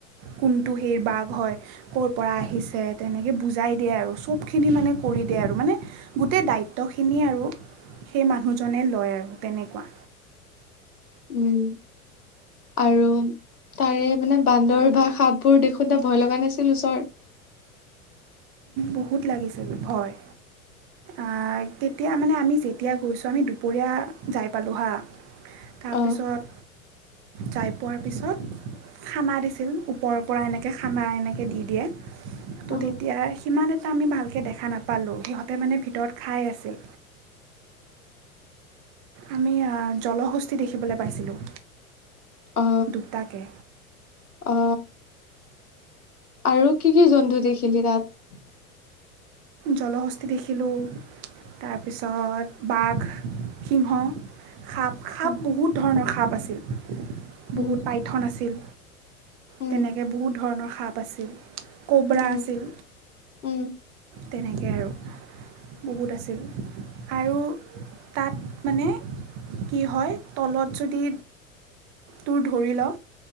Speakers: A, on the right (about 30°); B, on the left (about 80°).
A: কোনটো সেই বাঘ হয় ক'ৰ পৰা আহিছে তেনেকৈ বুজাই দিয়ে আৰু চব খিনি মানে কৰি দিয়ে আৰু মানে গোটেই দায়িত্বখিনি আৰু সেই মানুহজনে লয় আৰু তেনেকুৱা
B: উম আৰু তাৰে মানে বান্দৰ বা সাপবোৰ দেখোতে ভয় লগা নাছিল ওচৰত
A: বহুত লাগিছিল ভয় আ তেতিয়া মানে আমি যেতিয়া গৈছো আমি দুপৰীয়া যাই পালোঁ হা তাৰপিছত
B: অ
A: যাই পোৱাৰ পিছত খানা দিছিল ওপৰৰ পৰা এনেকে খানা এনেকে দি দিয়ে ত'
B: অ
A: তেতিয়া সিমান এটা আমি ভালকে দেখা নাপালোঁ সিহঁতে মানে ভিতৰত খাই আছিল আমি জলহস্তি দেখিবলৈ পাইছিলোঁ
B: অ
A: দুটাকে
B: অ আৰু কি কি জন্তু দেখিলি তাত
A: জলশস্তি দেখিলোঁ তাৰপিছত বাঘ, সিংহ সাপ সাপ
B: উম
A: বহুত ধৰণৰ সাপ আছে <unintelligible>
B: উম
A: বহুত পাইথন আছিল
B: উম
A: তেনেকে বহুত ধৰণৰ সাপ আছিল ক'বৰা
B: উম
A: আছিল
B: উম
A: তেনেকৈ আৰু বহুত আছিল আৰু তাত মানে কি হয় তলত যদি তোৰ ধৰি ল